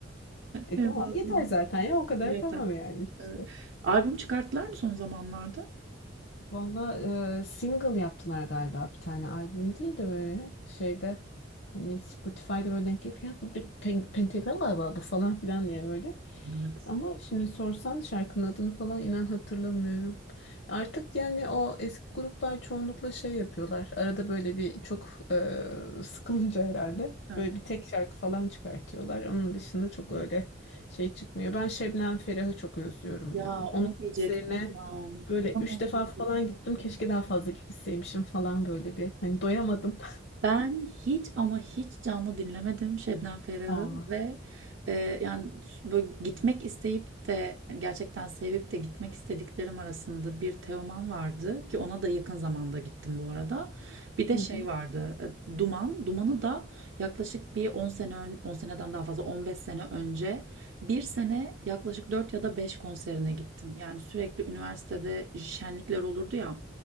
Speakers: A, on the left; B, on the right.
A: E
B: en
A: tamam
B: fazla
A: yeter zaten ya o kadar
B: dinleten.
A: tamam yani işte.
B: Evet. Albüm çıkarttılar mı son zamanlarda?
A: Valla e, single yaptılar galiba bir tane albüm değil de böyle şeyde hani Spotify'da böyle denk gelip ya bu bir pen- pentagram galiba bu falan filan diye böyle.
B: Evet.
A: Ama şimdi sorsan şarkının adını falan inan hatırlamıyorum. Artık yani o eski gruplar çoğunlukla şey yapıyorlar. Arada böyle bir çok e, sıkılınca herhalde
B: He.
A: böyle bir tek şarkı falan çıkartıyorlar. Onun dışında çok öyle şey çıkmıyor. Ben Şebnem Ferah'ı çok özlüyorum
B: Ya,
A: ya.
B: onu
A: Onun
B: diyecektim
A: konserine
B: tam.
A: Böyle
B: Tam
A: üç
B: onu
A: defa
B: diyecektim.
A: falan gittim. Keşke daha fazla gitseymişim falan böyle bir. Hani doyamadım.
B: Ben hiç ama hiç canlı dinlemedim Şebnem Ferah'ı
A: <laughs> Aa.
B: ve e, yani böyle gitmek isteyip de yani gerçekten sevip de gitmek istediklerim arasında bir Teoman vardı ki ona da yakın zamanda gittim bu arada. Bir de
A: Hı
B: şey
A: hı.
B: vardı e, Duman. Duman'ı da yaklaşık bir 10 sene ön, 10 seneden daha fazla 15 sene önce bir sene yaklaşık 4 ya da 5 konserine gittim. Yani sürekli üniversitede şenlikler olurdu ya.